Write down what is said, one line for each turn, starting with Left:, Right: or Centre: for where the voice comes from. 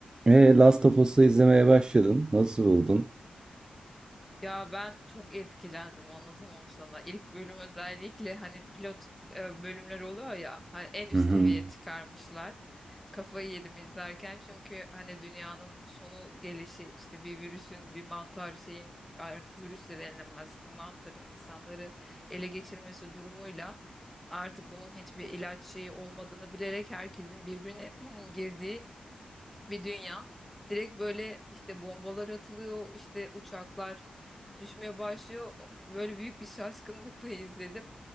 Right: E, Last of Us'ı izlemeye başladın. Nasıl buldun?
Centre: Ya ben çok etkilendim anlatamam sana. İlk bölüm özellikle hani pilot e, bölümler oluyor ya hani en üst
Right: Hı hı.
Centre: seviyeye çıkarmışlar. Kafayı yedim izlerken çünkü hani dünyanın sonu gelişi işte bir virüsün bir mantar şeyin artık virüs de denilemez mantarın insanları ele geçirmesi durumuyla artık bunun hiçbir ilaç şeyi olmadığını bilerek herkesin birbirine <clears throat> girdiği bir dünya. Direkt böyle işte bombalar atılıyor, işte uçaklar düşmeye başlıyor. O- Böyle büyük bir şaşkınlıkla <laughs> izledim.